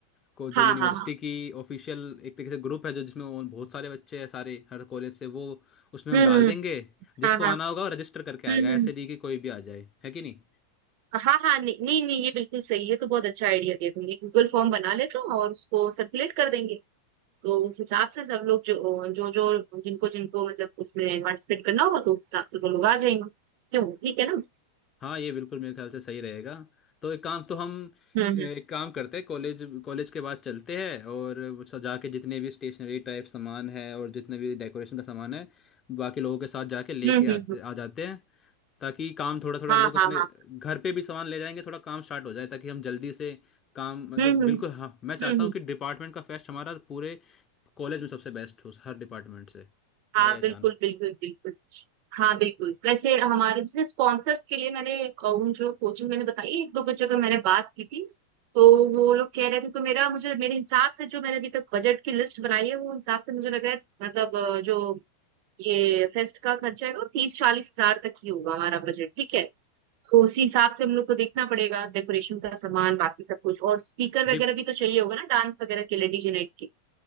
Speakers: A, on the left; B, on the right.
A: को जो
B: हाँ
A: यूनिवर्सिटी
B: हाँ हाँ
A: की ऑफिशियल एक तरीके से ग्रुप है जो जिसमें और बहुत सारे बच्चे हैं सारे हर कॉलेज से वो उसमें
B: हम्म
A: हम डाल
B: हम्म
A: देंगे जिसको
B: हाँ हाँ
A: आना होगा वो रजिस्टर करके
B: हम्म
A: आएगा
B: हम्म
A: ऐसे नहीं कि कोई भी आ जाए है कि नहीं
B: हाँ हाँ नहीं नहीं नहीं ये बिल्कुल सही है तो बहुत अच्छा आइडिया दिया तुमने गूगल फॉर्म बना लेते हो और उसको सर्कुलेट कर देंगे तो उस हिसाब से सब लोग जो जो जो जिनको जिनको मतलब उसमें पार्टिसिपेट करना होगा तो उस हिसाब से वो लोग आ जाएंगे क्यों ठीक है ना
A: हाँ ये बिल्कुल मेरे ख्याल से सही रहेगा तो एक काम तो हम
B: हम्म
A: एक काम करते हैं कॉलेज कॉलेज के बाद चलते हैं और सजा के जितने भी स्टेशनरी टाइप सामान है और जितने भी डेकोरेशन का सामान है बाकी लोगों के साथ जाके लेके
B: हम्म हम्म
A: आते
B: हम्म हम्म,
A: आ जाते हैं ताकि काम थोड़ा थोड़ा
B: हाँ
A: लोग अपने
B: हाँ हाँ
A: घर पे भी सामान ले जाएंगे थोड़ा काम स्टार्ट हो जाए ताकि हम जल्दी से काम मतलब
B: हम्म हम्म
A: बिल्कुल हाँ
B: हम्म
A: मैं चाहता हूँ
B: हम्म,
A: कि डिपार्टमेंट का फेस्ट हमारा पूरे कॉलेज में सबसे बेस्ट हो हर डिपार्टमेंट से
B: हाँ
A: मेरा ये
B: बिल्कुल
A: चाहना
B: बिल्कुल बिल्कुल हाँ बिल्कुल वैसे हमारे से स्पॉन्सर्स के लिए मैंने अ, उन जो कोचिंग मैंने बताई एक दो बच्चों का मैंने बात की थी तो वो लोग कह रहे थे तो मेरा मुझे मेरे हिसाब से जो मैंने अभी तक बजट की लिस्ट बनाई है वो हिसाब से मुझे लग रहा है मतलब अ, जो ये फेस्ट का खर्चा है वो तीस चालीस हजार तक ही होगा हमारा बजट ठीक है तो उसी हिसाब से हम लोग को देखना पड़ेगा डेकोरेशन का सामान बाकी सब कुछ और स्पीकर वगैरह
A: डि,
B: भी तो चाहिए होगा ना डांस वगैरह के लिए डीजे नाइट के